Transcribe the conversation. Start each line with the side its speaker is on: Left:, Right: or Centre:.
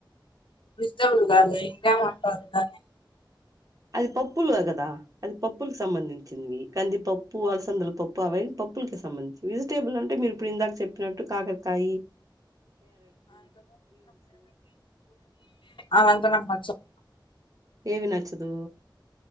Left: ఇష్టము కాదు ఇంకా ఉంటంటనే
Right: అది పప్పులు గా కదా అది పప్పులకి సంబంధించింది కందిపప్పు అలసందల పప్పు అవన్నీ పప్పులకి సంబంధించివి వెజిటేబుల్ అంటే మీరు ఇప్పుడు ఇందాక చెప్పినట్టు కాకరకాయి
Left: అవంత నాకు నచ్చవు
Right: ఏవి నచ్చదు